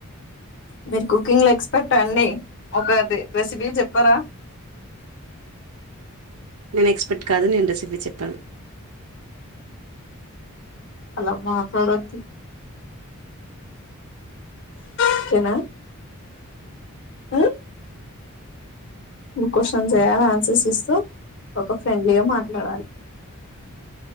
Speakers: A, on the left; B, on the right.
A: మీరు కుకింగ్ లో ఎక్స్పర్ట్ ఆ అండి ఒక రెసిపీ చెప్పారా
B: నేను ఎక్స్పెక్ట్ కాదు నేను రెసిపీ చెప్పను
A: అలా మాట్లాడద్దు ఓకే నా ఉ మ్ క్వశ్చన్ చేయాలి ఆన్సర్స్ ఇస్తూ ఒక ఫ్రెండ్లీగా మాట్లాడాలి